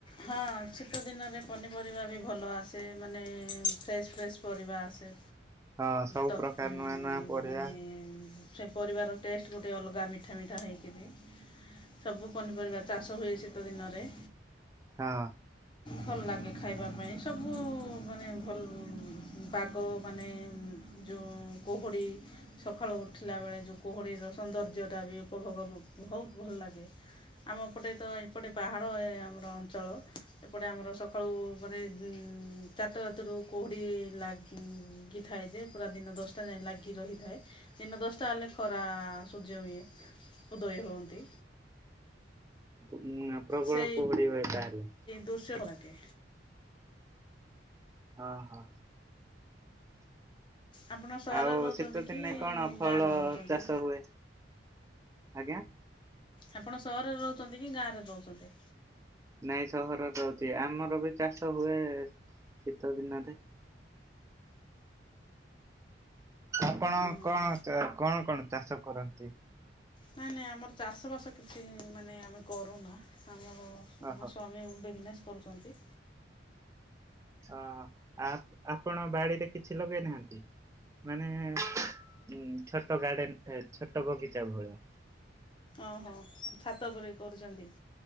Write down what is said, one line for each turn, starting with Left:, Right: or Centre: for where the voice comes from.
Left: ହଁ, ଶୀ ତ ଦିନରେ ପନିପରିବା ବି ଭଲ ଆସେ, ମାନେ ଫ୍ରେଶ୍ ଫ୍ରେଶ୍ ପରିବା ଆସେ।
Right: ହଁ ସବୁ
Left: ଟତ୍
Right: ପ୍ରକାର
Left: ଉଁ
Right: ନୂଆ ନୂଆ ପରିବା
Left: ମାନେ ସେ ପରିବାର ଟେଷ୍ଟ ଗୋଟେ ଅଲଗା ମିଠା ମିଠା ହେଇକିରି। ସବୁ ପନିପରିବା ଚାଷ ହୁଏ ଶୀତ ଦିନରେ।
Right: ହଁ।
Left: ଭଲ ଲାଗେ ଖାଇବା ପାଇଁ, ସବୁ ମାନେ ଭଲ ପାଗ ମାନେ ଯୋଉ କୋହୋଡି ସକାଳୁ ଉଠିଲା ବେଳେ ଯୋଉ କୁହୁଡ଼ିର ସୌନ୍ଦର୍ଯ୍ୟତା ବି ଉପଭୋଗ <unintelligible> ବହୁତ ଭଲ ଲାଗେ। ଆମ ଏପଟେ ତ ଏପଟେ ପାହାଡ଼ ଏ ଆମର ଅଞ୍ଚଳ। ଏପଟେ ଆମର ସକାଳୁ ମାନେ ଉଁ ଚାରିଟା ରାତିରୁ କୁହୁଡ଼ି ଲା ଗି ଥାଏ ଯେ ପୁରା ଦିନ ଦଶଟା ଯାଏଁ ଲାଗି ରହିଥାଏ। ଦିନ ଦଶଟା ହେଲେ ଖରା ସୂର୍ଯ୍ୟ ଉଁଏ, ଉଦୟ ହୁଅନ୍ତି।
Right: ଉଁ ପ୍ରବଳ
Left: ସେଇ
Right: କୁହୁଡି ହୁଏ ତାହେଲେ।
Left: ଦୃଶ୍ୟ ଲାଗେ।
Right: ଅ ହ।
Left: ଆପଣ ସହରରେ
Right: ଆଉ
Left: ରହୁଛନ୍ତି
Right: ଶୀତ ଦିନେ
Left: କି
Right: କଣ ଫଳ
Left: ଗାଁରେ ରହୁଛନ୍ତି?
Right: ଚାଷ ହୁଏ? ଆଜ୍ଞା?
Left: ଆପଣ ସହରରେ ରହୁଛନ୍ତି କି ଗାଁରେ ରହୁଛନ୍ତି?
Right: ନାଇଁ ସହରର ରହୁଛି, ଆମର ବି ଚାଷ ହୁଏ ଶୀତ ଦିନରେ। ଆପଣ
Left: ଓହୋ
Right: କଣ ଚା କଣ କଣ ଚାଷ କରନ୍ତି?
Left: ନାଇଁ ନାଇଁ ଆମର ଚାଷ ବାସ କିଛି ମାନେ ଆମେ କରୁନା ଆମର। ମୋ
Right: ଓହୋ
Left: ସ୍ୱାମୀ ବିଜନେସ୍ କରୁଛନ୍ତି।
Right: ଓହୋ ଆପଣ ବାଡିରେ କିଛି ଲଗେଇନାହାନ୍ତି ମାନେ। ଉଁ ଛୋଟ ଗାର୍ଡେନ ଛୋଟ ବଗିଚା ଭଳିଆ।
Left: ଓହୋ ଛାତ ଉପରେ କରୁଛନ୍ତି।